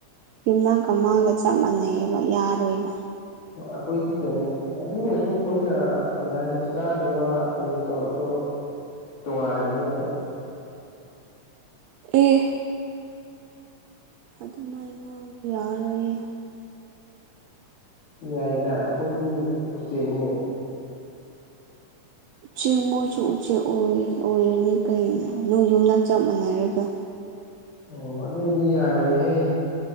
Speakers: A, on the right (about 70°); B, on the left (about 85°).
A: ꯌꯨꯝꯅꯥꯛ ꯀꯃꯒ ꯆꯞ ꯃꯥꯟꯅꯩꯑꯕ ꯌꯥꯔꯣꯏꯕ
B: ꯑꯩꯈꯣꯏꯗꯤ ꯀꯩꯅꯣ ꯑꯗꯨ ꯑꯣꯏꯔꯁꯨ ꯑꯩꯈꯣꯏꯅ ꯀꯩ ꯍꯥꯏꯁꯦ ꯆꯥꯗꯕ ꯀꯩꯅꯣꯗꯣ ꯑꯗꯣ ꯇꯣꯡꯉꯅꯅꯤ ꯑꯗ
A: ꯑꯦ ꯑꯗꯨꯃꯥꯏ ꯉꯥꯎꯕ ꯌꯥꯎꯔꯣꯏꯌꯦ
B: ꯌꯥꯏꯗ ꯑꯩꯈꯣꯏꯗꯤ ꯎꯆꯦꯛꯅꯦ
A: ꯎꯆꯦꯛ ꯃꯣꯏꯁꯨ ꯎꯆꯦꯛ ꯑꯣꯏꯔꯅꯤ ꯀꯅꯣ ꯅꯣꯏ ꯌꯨꯝꯗ ꯆꯞ ꯃꯥꯟꯅꯔꯒ
B: ꯑꯣ ꯑꯗꯨꯗꯤ ꯌꯥꯔꯣꯏꯍꯦ